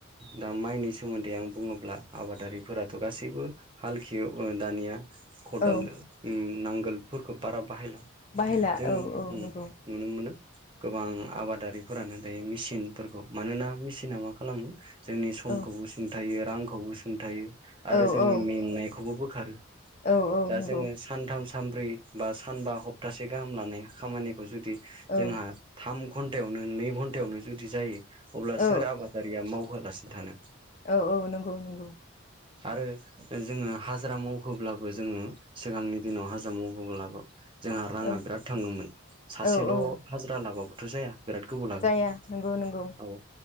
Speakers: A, on the right; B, on the left.
A: दा माइनि सोमोन्दै आं बुङोब्ला आबादारिफोराथ' गासैबो हालखो एवो दानिया खदाल
B: औ
A: उम नांगोलफोरखौ बारा बाहायला नों
B: बाहायला औ औ नंगौ
A: नुनो मोनो गोबां आबादारिफोरानो दायो मेसिनफोरखौ मानोना मेसिना मा खालामो जोंनि समखौबो
B: औ
A: सुंथायो रांखौबो सुंथायो आरो
B: औ
A: जोंनि
B: औ
A: मेंनायखौबो बोखारो
B: औ औ
A: दा
B: नंगौ
A: जोङो सानथामान सानब्रै बा सानबा हप्तासे गाहाम लानाय खामानिखौ जुदि
B: औ
A: जोंहा थाम घन्टायावनो नै घन्टायावनो जुदि जायो। अब्ला
B: औ
A: सोर आबादारिया मावहोलासिनो थानो।
B: औ औ नंगौ नंगौ।
A: आरो जोङो हाजिरा मावहोब्लाबो जोङो सिगांनि दिनाव हाजिरा मावहोब्लाबो जोंहा राङा
B: औ
A: बिराद थाङोमोन सासेल'
B: औ औ
A: हाजिरा लाबाबोथ' जाया बिराद गोबाव लागोन
B: जाया
A: औ
B: नंगौ नंगौ